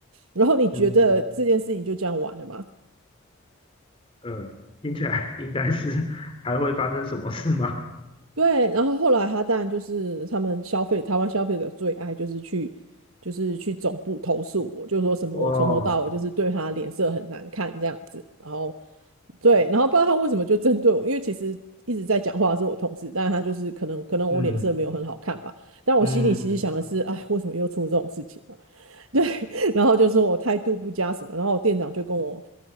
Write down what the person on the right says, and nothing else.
然后你觉得这件事情就这样完了吗？
对，然后后来他当然就是他们消费台湾消费者最爱就是去就是去总部投诉我，就说什么我从头到尾就是对他脸色很难看这样子，
然后对，然后不知道他为什么就针对我，因为其实一直在讲话的是我同事，但是他就是可能可能我脸色没有很好看吧，
但我心里其实想的是，
哎，为什么又出这种事情？<laughs> 对，然后就说我态度不佳什么，然后我店长就跟我